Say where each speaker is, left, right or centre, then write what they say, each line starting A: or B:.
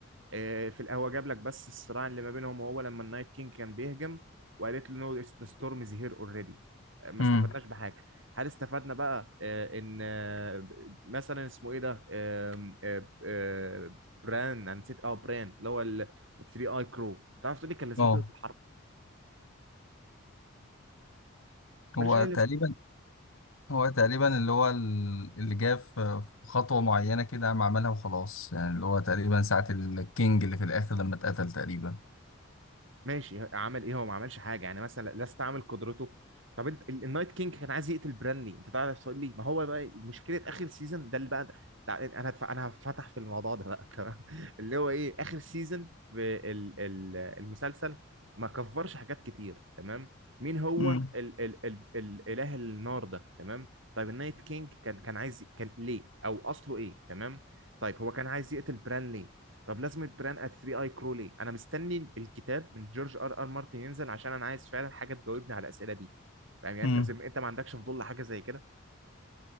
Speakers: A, on the right (about 65°); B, on the left (about 80°).
A: آه، في القهوه جاب لك بس الصراع اللي ما بينهم وهو لما النايت كينج كان بيهجم وقالت له نو ذا ستورم از هير اوريدي ما
B: امم
A: استفدناش بحاجه هل استفدنا بقى آه، ان آه، مثلا اسمه ايه ده آم، آه، آه، بران انا نسيت اه بران اللي هو الثري اي كرو تعرف تقول لي كان لازمته
B: اه
A: إيه في الحرب ملوش
B: هو
A: اي
B: تقريبا
A: لازمه
B: هو تقريبا اللي هو ال- اللي جه في في خطوه معينه كده قام عملها وخلاص يعني اللي هو تقريبا ساعه الكينج اللي في الاخر لما اتقتل تقريبا
A: ماشي عمل ايه هو ما عملش حاجه يعني مثلا لا استعمل قدرته طب انت ال- النايت كينج كان عايز يقتل برانلي انت تعرف تقول لي ما هو بقى مشكله اخر سيزون ده اللي بقى ده. تع- انا هتف... انا هفتح في الموضوع ده بقى تمام <laughs> اللي هو ايه اخر سيزون في ال... ال... المسلسل ما كفرش حاجات كتير تمام مين هو
B: امم
A: ال... ال... ال... الاله النار ده تمام طيب النايت كينج كان كان عايز كان ليه او اصله ايه تمام طيب هو كان عايز يقتل برانلي طب لازمة بران ات 3 اي كرو ليه؟ انا مستني الكتاب من جورج ار ار مارتن ينزل عشان انا عايز فعلا حاجة تجاوبني على الأسئلة دي فاهم يعني
B: امم
A: انت زي ما انت ما عندكش فضول لحاجة زي كده